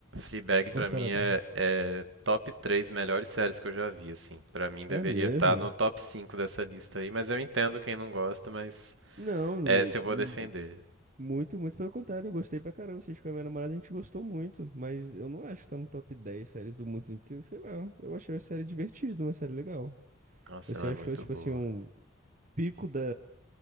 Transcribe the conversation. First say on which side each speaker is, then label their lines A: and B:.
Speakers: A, on the right (about 70°); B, on the right (about 40°).
A: Fleabag pra
B: Forçar
A: mim
B: a
A: é,
B: barra.
A: é top 3 melhores séries que eu já vi, assim. Pra mim deveria
B: É mesmo?
A: estar no top 5 dessa lista aí, mas eu entendo quem não gosta, mas
B: Não,
A: é
B: n-
A: se eu vou
B: n-
A: defender.
B: muito, muito pelo contrário. Eu gostei pra caramba. Assisti com a minha namorada, a gente gostou muito. Mas eu não acho que tá no top 10 séries do mundo, assim, porque, sei lá, eu achei a série divertida, uma série legal.
A: Nossa,
B: Você
A: ela é
B: achou,
A: muito
B: tipo
A: boa.
B: assim, um pico da,